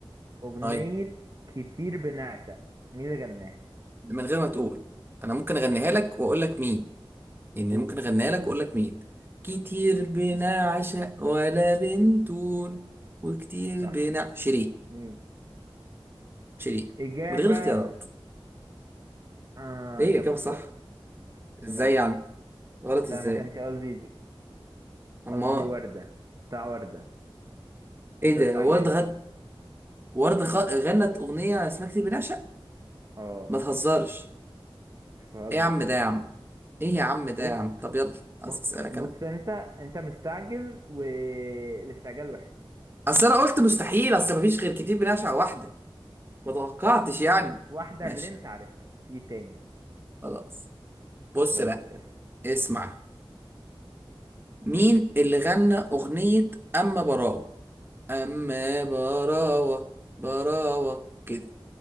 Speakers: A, on the right; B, on the right.
A: اغنيه
B: طيب
A: كتير بنعشق مين اللي غناها
B: من غير ما تقول انا ممكن اغنيها لك واقول لك مين يعني
A: قول
B: ممكن اغنيها لك واقول لك مين كتير بنا عشق ولا بنتول وكتير
A: صح
B: بنا شيرين
A: مين
B: شيرين
A: اجابه
B: من غير اختيارات
A: آه
B: ايه
A: اجابه
B: الاجابه
A: خاطئه
B: صح ازاي
A: غلط
B: يعني غلط
A: عشان
B: ازاي
A: ما كانش قصدي دي
B: امال
A: قصدي ورده بتاع ورده
B: ايه
A: انت استعجلت
B: ده ورد غد ورد خ... غنت اغنيه اسمها كتير بنعشق
A: اه
B: ما تهزرش
A: مش بهزر
B: ايه يا عم ده يا عم ايه يا عم ده
A: بص
B: يا عم طب يلا اسالك
A: بص بص
B: انا
A: انت انت مستعجل والاستعجال وحش
B: اصل انا قلت مستحيل اصل مفيش غير كتير بنعشق واحده ما توقعتش يعني
A: واحدة
B: ماشي
A: اللي انت عارفها في تاني
B: خلاص بص
A: يلا
B: بقى
A: اسأل
B: اسمع مين اللي غنى اغنيه اما براوه اما براوه براوه كده